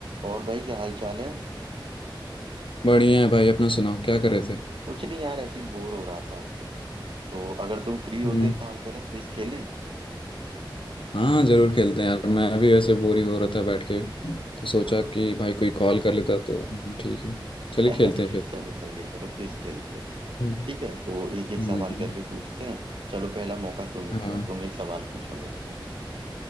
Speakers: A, on the right; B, on the left.
A: और भाई क्या हाल चाल है
B: बढ़िया है भाई अपना सुनाओ क्या कर रहे थे
A: कुछ नहीं यार ऐसी बोर हो रहा था तो अगर तुम फ्री हो
B: हम्म
A: तो एक काम करें क्विज खेलें
B: हाँ जरूर खेलते हैं यार मैं भी वैसे बोर ही हो रहा था बैठ के तो सोचा
A: हाँ
B: कि भाई कोई कॉल कर लेता तो ठीक है
A: <laughs>
B: चलिए खेलते हैं फिर
A: चलो सही है चलो क्विज खेलते हैं
B: हम्म
A: ठीक है तो एक एक
B: हम्म,
A: सवाल करके पूछते हैं चलो पहला मौका तुम्हें
B: हाँ
A: दिया तुम एक सवाल पूछो मेरे से